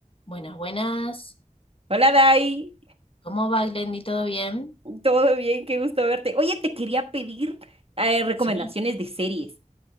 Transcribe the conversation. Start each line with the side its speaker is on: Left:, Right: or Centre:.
Left: Buenas, buenas.
Right: Hola Dai,
Left: ¿Cómo va, Glendy? ¿Todo bien?
Right: todo bien, qué gusto verte. Oye, te quería pedir eh, recomendaciones
Left: Sí,
Right: de series.